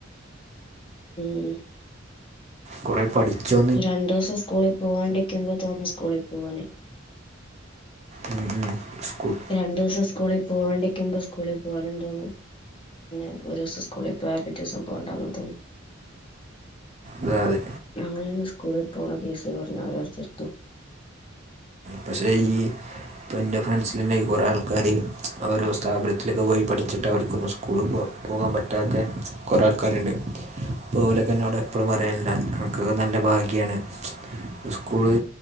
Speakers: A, on the left; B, on the right.
A: ഉം
B: കൊറേ പഠിച്ചോ
A: രണ്ടുസം സ്കൂളി പോവാണ്ടിരിക്കുമ്പോ തോന്നു സ്കൂളിൽ പോവാന്
B: മം ഉം സ്കൂൾ
A: രണ്ടുസം സ്കൂളി പോവാണ്ടിരിക്കുമ്പോ സ്കൂളിൽ പോവാനും തോന്നും പിന്നെ ഒരു ദിവസം സ്കൂളി പോയ പിറ്റെസം പോവണ്ടാന്ന് തോന്നു
B: അതെ അതെ
A: അങ്ങനെനി സ്കൂളി പോണ കേസ് പറഞ്ഞ അവരടിച്ചർക്കും <unintelligible>
B: പക്ഷേ ഈ ഇപ്പോം എൻ്റെ ഫ്രണ്ട്സിലന്നെ കുറേ ആൾക്കാര് ഓരോ സ്ഥാപനത്തിലൊക്കെ പോയി പഠിച്ചിട്ട് അവർക്കൊന്ന് സ്കൂളി പോ പോകാൻ പറ്റാത്ത കൊറെ ആൾക്കാരുണ്ട് അപ്പോലൊക്കെന്നോട് എപ്പഴും പറയൽ അൻക്ക് നല്ല ഭാഗ്യാണ് സ്കൂള്